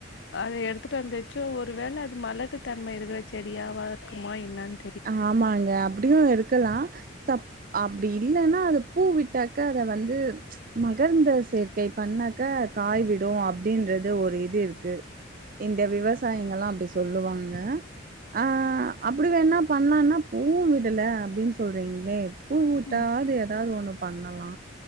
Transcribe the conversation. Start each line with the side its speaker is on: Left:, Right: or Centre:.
Left: அத எடுத்துகட்டு வந்துச்சும் ஒரு வேள அது மலட்டு தன்ம இருக்கற செடியாவா இருக்குமா என்னனு
Right: ஆமாங்க அப்டியும் இருக் கலாம் சப் அப்டி இல்லன்னா அது பூவிட்டாக்க அத வந் து மகரந்த சேர் க்கை பண்ணாக்க காய் விடும் அப்டின்றது ஒரு இது இருக்கு இந்த விவசாயிங்கல்லாம் அப்டி சொல்லுவாங்க ஆ அப்டி வேணா பண்ணனா பூ விடல அப்டின்னு சொல்றீங்ளே பூவிட்டா
Left: ம்
Right: அது ஏதாது ஒண்ணு பண்ணலா